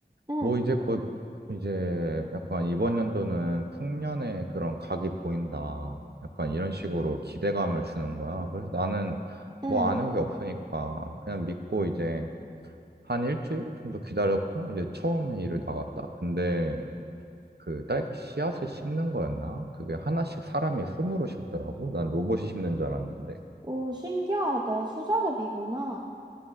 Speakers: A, on the right; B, on the right.
A: 응,
B: 뭐 이제 곧 이제 약간 이번 연도는 풍년의 그런 각이 보인다. 약간 이런 식으로 기대감을 주는 거야. 그래서 나는
A: 응.
B: 뭐 아는 게 없으니까 그냥 믿고 이제 한 일주일 정도 기다렸고 이제 처음에 일을 나갔다. 근데 그 딸기 씨앗을 심는 거였나? 그게 하나씩 사람이 손으로 심더라고. 난 로봇이 심는 줄 알았는데.
A: 오, 신기하다. 수작업이구나.